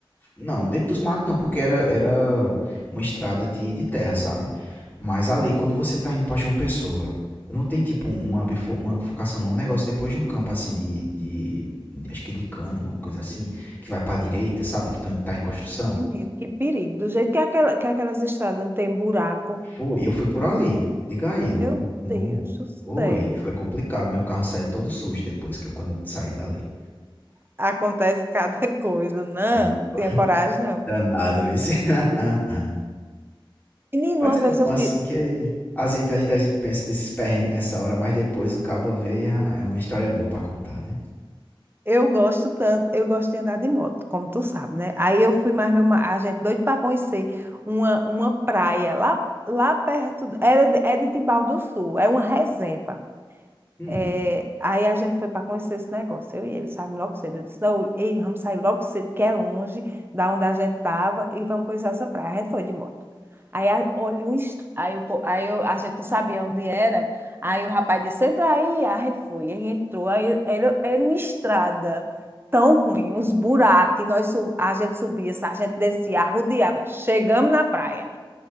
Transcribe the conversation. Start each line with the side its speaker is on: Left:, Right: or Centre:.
Left: Não, dentro dos matos não, porque era, era uma estrada de, de terra, sabe? Mas ali, quando você tá indo pra João Pessoa, não tem tipo uma, bifo- uma bifurcação, não. Um negócio depois de um campo assim de, de. de- Acho que de cana, uma coisa assim, que vai pra direita, sabe? Que tão, tá em construção.
Right: Menino, que perigo. Do jeito que, aquela- que aquelas estradas não tem buraco,
Left: Foi, eu fui por ali. Diga aí,
Right: Meu
Left: no, no.
Right: Deus do
Left: Oi,
Right: céu.
Left: foi complicado. Meu carro saiu todo sujo depois que eu, quando eu saí dali.
Right: Acontece cada <laughs> coisa, não.
Left: Na- <laughs>
Right: Tenha coragem, não.
Left: Danado, viu? <laughs>
Right: Menino,
Left: Mas
Right: uma
Left: é
Right: vez eu
Left: bom
Right: fiz.
Left: assim que a gente, a gente, a gente pensa desses perrengues nessa hora, mas depois o cabo vê e ah, é uma história boa pra contar, né?
Right: Eu gosto tanto, eu gosto de andar de moto, como tu sabe, né? Aí eu fui mais meu, ma- a gente doido para conhecer uma, uma praia lá, lá perto, era de, é de Timbal do Sul, é uma reserva.
Left: Hum.
Right: É, aí a gente foi para conhecer esse negócio, eu e ele, saímos logo cedo. Eu disse, não, ei, vamos sair logo cedo, que é longe da onde a gente estava, e vamos conhecer essa praia. A gente foi de moto. Aí, a- olha, um est... aí, o po- aí eu- a gente não sabia onde era, aí o rapaz disse, entra aí, a gente foi. Aí entrou, aí era, era uma estrada tão ruim, uns buracos, e nós, sub- a gente subia, a gente descia, arrodeava. Chegamos na praia,